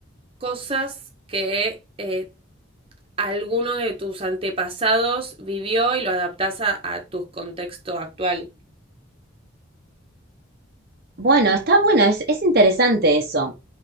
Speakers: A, on the right; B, on the right.
A: cosas que eh, alguno de tus antepasados vivió y lo adaptás a, a tu contexto actual.
B: Bueno, está bueno, es, es interesante eso.